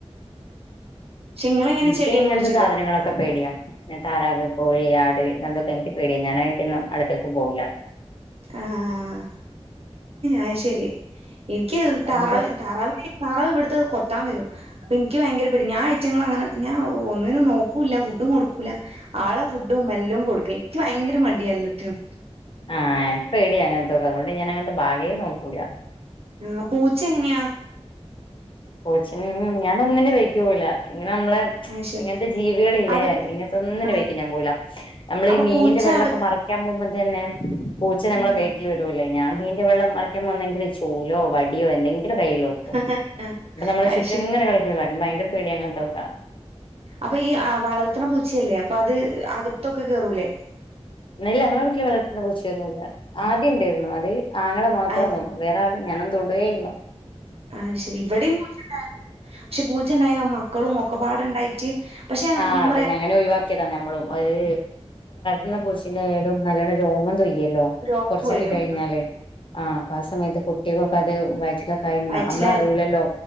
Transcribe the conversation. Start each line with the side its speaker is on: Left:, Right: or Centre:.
Right: പക്ഷെ ഇങ്ങളെങ്ങനെ
Left: എനിക്ക്
Right: ചെടിയൊക്കെ
Left: ഇങ്ങനത്തെ
Right: കുഴിച്ചിടോ?
Left: സാധനങ്ങളൊക്കെ ഒക്കെ പേടിയാ ഇങ്ങനെ താറാവ് കോഴി ആട് ഇതൊക്കെ എനിക്ക് പേടിയാ ഞാൻ അയിന്റൊന്നും അടുത്തേക്ക് പോവൂലാ
Right: ആഹ അത് ശരി ഇനിക്ക്
Left: അതുകൊണ്ട്
Right: താറാവ താറാവിനെ താറവ് ഇവിടുത്തത് കൊത്താൻ വരും അപ്പൊ എനിക്ക് ഭയങ്കര പേട്യ ഞാൻ ഐറ്റങ്ങളെ അങ്ങനെ ഞാൻ ഒന്നിനേം നോക്കൂല്ല ഫുഡും കൊടുക്കൂല ആളെ ഫുഡും എല്ലും കൊടുക്ക ഇക്കി ഭയങ്കര മടിയ എല്ലത്തിനും
Left: ആഹ് എൻക്ക് പേട്യ അങ്ങൻത്തൊക്കെ അതുകൊണ്ട് ഞാൻങ്ങനത്തെ ഭാഗെ നോക്കൂല
Right: ആഹ പൂച്ച എങ്ങനെയാ
Left: പൂച്ചനെ ഉം ഞാൻ ഒന്നിനേം വയ്ക്ക് പോവുല ഇങ്ങനെ നമ്മളെ
Right: അത് ശരി
Left: ഇങ്ങനത്തെ ജീവ്യാളില്ലേ
Right: അകത്ത്
Left: ഇങ്ങൻത്തെ ഒന്നിന്റെ
Right: ആ
Left: വൈക്കും ഞാൻ പോവുലാ നമ്മള്
Right: അപ്പൊ
Left: ഈ മീന്റെ
Right: പൂച്ച
Left: വെള്ളക്കെ
Right: അകത്ത്
Left: മറയ്ക്കാൻ പോവ്മ്പ തന്നെ പൂച്ച നമ്മളെ
Right: ആ
Left: ബാ വരൂല്ലെ ഞാൻ മീൻന്റെ വെള്ളം മറിക്കാൻ പോന്നെങ്കില് ചൂലോ വടിയോ എന്തെങ്കിലും കയ്യില്
Right: <unintelligible>
Left: ഇപ്പ നമ്മളെ
Right: അത്
Left: ചുറ്റുംങ്ങന
Right: ശരി
Left: കളിക്കൂലേ എനിക്ക് ഭയങ്കര പേടിയാ അങ്ങൻത്തൊക്കെ
Right: അപ്പൊ ഈ വളർത്ത്ണ പൂച്ച അല്ലേ അപ്പൊ അത് അകത്തൊക്കെ കേറൂലേ
Left: ഇല്ല. ഞമ്മെ വീട്ടില് വളർത്തുന്ന പൂച്ചൊന്നു ഇല്ല. ആദ്യം ഇണ്ടേരുന്നു. അത് ആങ്ങങ്ങള മാത്രം
Right: അത്
Left: നോക്കും. വേറെ ആര് - ഞാനൊനും തൊടേ ഇല്ല.
Right: ആഹ് ശെരി. ഇവിടീം പൂച്ചണ്ടായ പക്ഷെ പൂച്ചണ്ടായ മക്കളും ഒക്കെപാടുണ്ടായിട്ട് പക്ഷെ
Left: ആഹ്
Right: ഞാൻ
Left: അതെന്നെ.
Right: പറയാ
Left: അങ്ങനെ ഒഴിവാക്കിയതാ നമ്മളും ഒര് ഇന്ന് പുച്ചന്റെ ആയാലും നല്ലണ രോമം തൊയ്യല്ലോ
Right: രോമം
Left: കൊറച്ചങ്‌
Right: കൊഴിയും
Left: കഴിഞ്ഞാലേ. ആ അപ്പൊ ആ സമയത്ത് കുട്ടികൾൊക്കെ അത് വറ്റിലൊ ക
Right: വയറ്റിലായാലും
Left: നമ്മളറിയൂല്ലല്ലോ
Right: അതെ